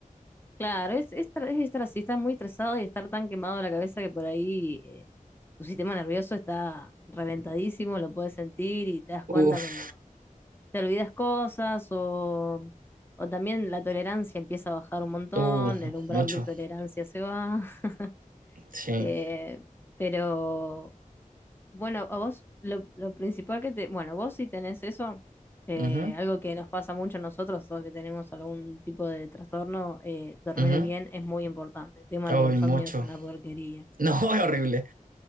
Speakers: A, on the left; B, on the right.
A: Claro, es, es, tra- es estar así, estar muy estresado y estar tan quemado de la cabeza que por ahí eh, tu sistema nervioso está reventadísimo, lo puedes sentir y te das cuenta
B: Uf.
A: cuando te olvidas cosas o, o también la tolerancia empieza a bajar un montón,
B: Uh,
A: el umbral
B: mucho,
A: de tolerancia se va, <laughs>
B: sí.
A: eh, pero bueno, a vos, lo, lo principal que te, bueno, vos sí tenés eso, eh,
B: Ujú,
A: algo que nos pasa mucho a nosotros, todos que tenemos algún tipo de trastorno, eh, dormir
B: ujú.
A: bien es muy importante. El tema
B: Ay,
A: del insomnio
B: mucho.
A: es una porquería.
B: No, <laughs> es horrible.